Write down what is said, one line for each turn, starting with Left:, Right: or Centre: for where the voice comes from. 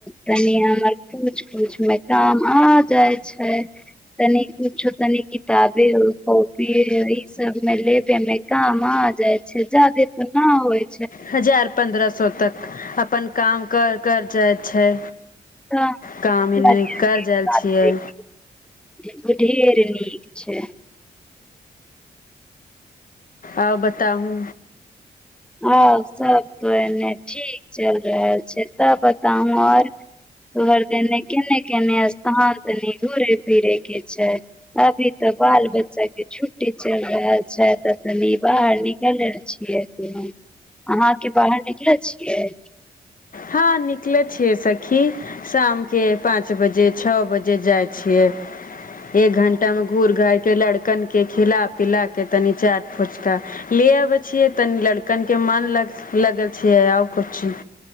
Centre: तनि हमर कुछ कुछ मे काम आ जाइ छै तनि कुछो नतनि किताबे कॉपी यही सब मे लेबे मे काम आ जाइ छै ज्यादे ते न आबैय
Left: हजार पन्द्रह सौ तक अपन काम कर कर जाइ छै
Centre: <unintelligible>
Left: काम एने कर जाइ छियै
Centre: छै
Left: आउ बताउू
Centre: आओर सब तो एने ठीक चल रहल छै तब बताहूँ आओर तोहर देने केने केने स्थान तनि घूरे फिरे के छै अभी तऽ बाल बच्चा के छुट्टी चल रहल छै तऽ तनी बाहर निकलल छियै हूँ अहाँके बाहर निकलल छियै
Left: हँ निकलै छियै सखी शामके पाँच बजे छअ बजे जाइ छियै एक घंटा मे घूर-घार के लड़- कनके खिला पीला के तनि चाट फोचका ले अबै छियै तनि लड़कन के मान लग- -लगल छियै आब को चीज